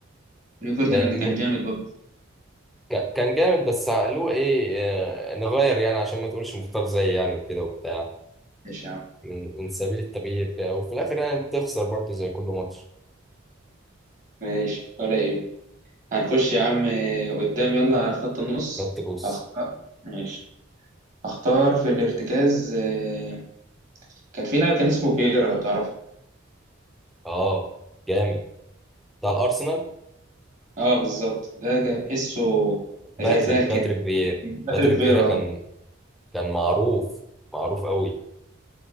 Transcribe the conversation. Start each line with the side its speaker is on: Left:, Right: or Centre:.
Right: ريو فerdinand
Centre: م-
Right: كان جامد برضه
Centre: ك- كان جامد بس له ايه آه، نغير يعني عشان ما تقولش مختار زي يعني وكده وبتاع
Right: ماشي يا عم
Centre: من من سبيل التغيير آه، وفي الاخر يعني بتخسر برضه زي كل ماتش
Right: ماشي ولا ايه هنخش يا عم آه، قدام يلا على خط النص
Centre: خدت جوز
Right: هختار ماشي اختار في الارتكاز آه، كان في لاعب كان اسمه فيرا لو تعرفه
Centre: اه جامد بتاع الارسنال
Right: اه بالظبط ده كان تحسه
Centre: باتريك
Right: غزال
Centre: باتريك
Right: كده
Centre: فييرا
Right: مغرب
Centre: باتريك
Right: فيرا
Centre: فييرا كان كان معروف معروف قوي